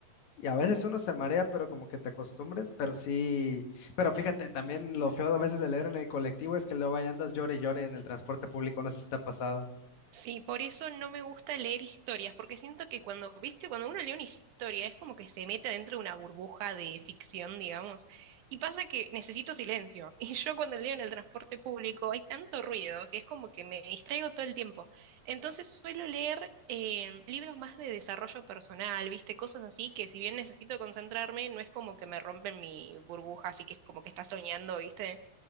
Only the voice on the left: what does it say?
Y a veces uno se marea, pero como que te acostumbres, pero sí, pero fíjate, también lo feo a veces de leer en el colectivo es que luego ahí andas llore y llore en el transporte público, no sé si te ha pasado.